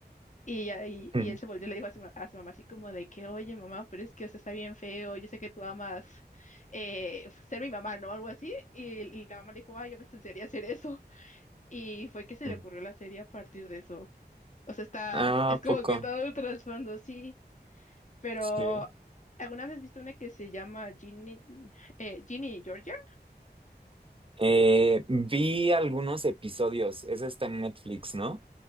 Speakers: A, on the left; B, on the right.
A: Y, ya- y,
B: Ujú.
A: y él se volvió y le dijo a su, ma- a su mamá así como de que, oye, mamá, pero es que, o sea, está bien feo, yo sé que tú amas eh, ser mi mamá, ¿no? Algo así. Y, y la mamá le dijo, ay, yo me enseñaría hacer eso. Y fue que se le
B: Ujú.
A: ocurrió la serie a partir de eso. O sea, está,
B: Ah,
A: es
B: ¿a
A: como
B: poco.
A: que todo un trasfondo, sí. Pero,
B: Sí.
A: ¿alguna vez has visto una que se llama Ginny, eh, Ginny y Georgia?
B: Eh, vi algunos episodios. Ese está en Netflix, ¿no?